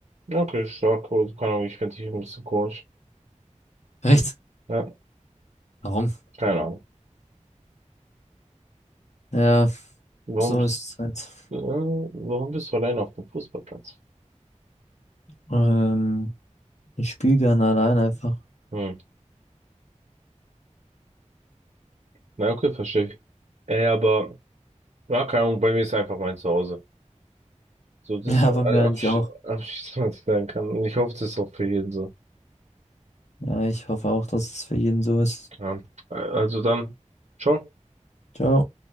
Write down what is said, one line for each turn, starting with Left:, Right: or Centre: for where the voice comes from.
Right: Okay, stark. Also, Keine Ahnung, ich finde dich ein bisschen komisch.
Left: <laughs> Echt?
Right: Ja,
Left: Warum?
Right: keine Ahnung.
Left: Ja,
Right: Warum
Left: so
Right: bist,
Left: ist es halt.
Right: äh, warum bist du alleine auf dem Fußballplatz?
Left: Ähm, ich spiele gerne allein einfach. <laughs>
Right: Hm. Na, okay, verstehe ich. Ey, aber, ja, keine Ahnung, bei mir ist einfach mein Zuhause. So, das
Left: Ja,
Right: ist äh,
Left: bei
Right: äh,
Left: mir eigentlich
Right: absch-
Left: auch.
Right: abschließend, was ich sagen kann. Und ich hoffe, das ist auch für jeden so.
Left: Ja, ich hoffe auch, dass es für jeden so ist.
Right: Ja. Äh, Also dann, ciao.
Left: Ciao.